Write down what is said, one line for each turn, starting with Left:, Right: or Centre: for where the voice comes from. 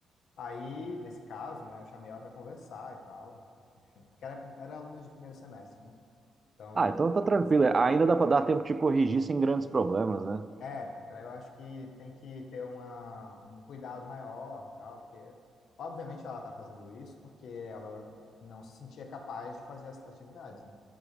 Left: aí, nesse caso, né, eu chamei ela para conversar e tal, enfim, porque ela era- era aluna de primeiro semestre, né? Então,
Right: Ah, então tá tranquilo.
Left: nesse caso,
Right: Ainda dá para dar tempo de corrigir sem grandes problemas, né?
Left: é, daí eu acho que tem que ter uma, um cuidado maior e tal, porque, obviamente, ela tá fazendo isso porque ela não se sentia capaz de fazer as atividades, né?